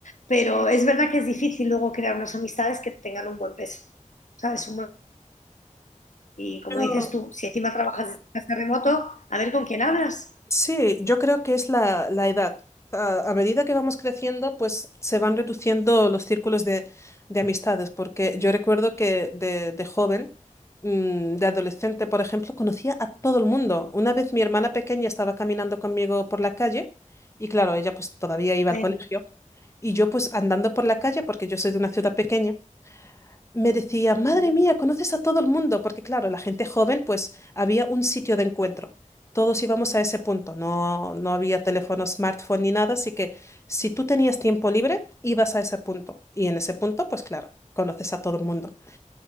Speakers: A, on the left; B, on the left.
A: pero es verdad que es difícil luego crear unas amistades que tengan un buen peso, ¿sabes? Un buen- y como
B: Pero
A: dices tú, si encima trabajas desde casa remoto, a ver con quién hablas.
B: Sí, yo creo que es la, la edad. A, a medida que vamos creciendo, pues se van reduciendo los círculos de, de amistades, porque yo recuerdo que de, de joven, mm, de adolescente, por ejemplo, conocía a todo el mundo. Una vez mi hermana pequeña estaba caminando conmigo por la calle y claro, ella pues todavía iba
A: Sí,
B: al colegio y yo pues andando por la calle, porque yo soy de una ciudad pequeña me decía, madre
A: sí.
B: mía, conoces a todo el mundo, porque claro, la gente joven, pues había un sitio de encuentro. Todos íbamos a ese punto, no, no había teléfono, smartphone ni nada, así que si tú tenías tiempo libre, ibas a ese punto. Y en ese punto, pues claro, conoces a todo el mundo.